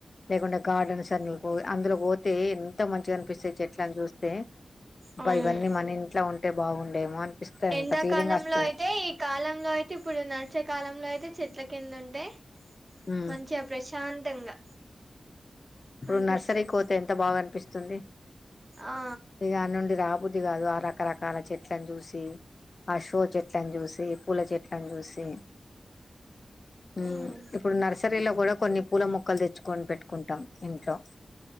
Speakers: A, on the left; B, on the right.
A: లేకుండా గార్డెన్స్ అనికూ అందులో పోతే ఎంత మంచిగా అనిపిస్తాయి చెట్ చేట్లాని చూస్తే
B: అవును
A: బ ఇవన్నీ మన ఇంట్లో ఉంటే బాగుండేమో అనిపిస్తాయి
B: ఎండాకాలంలో
A: అంత ఫీలింగ్ వస్తది
B: అయితే ఈ కాలంలో అయితే ఇప్పుడు న మచ్చ్యకాలంలో అయితే చెట్ల కింద ఉంటే
A: ఉమ్
B: మంచిగా ప్రశాంతంగా
A: ఇప్పుడు
B: అనిపిస్తది
A: నర్సరీ పోతే ఎంత బాగా అనిపిస్తుంది
B: ఆ
A: ఇక అట్నుంచి రాబుద్ధి కాదు రకరకాల చెట్లను చూసి ఆ షో చెట్లను చూసి పూల చెట్లను చూసి ఉ
B: ఉమ్
A: ఇప్పుడు నర్సరీలో కూడా కొన్ని పూల మొక్కలు తెచ్చుకొని పెట్టు కుంటాం ఇంట్లో